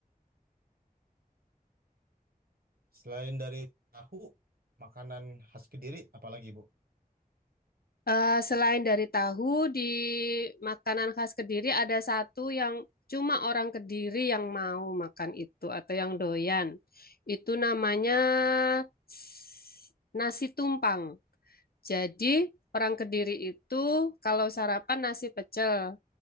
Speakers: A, on the right; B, on the left.
A: Selain dari tahu, makanan khas Kediri, apalagi Bu?
B: Eh, selain dari tahu, di makanan khas Kediri ada satu yang cuma orang Kediri yang mau makan itu atau yang doyan. Itu namanya s- nasi tumpang. Jadi orang Kediri itu kalau sarapan nasi pecel,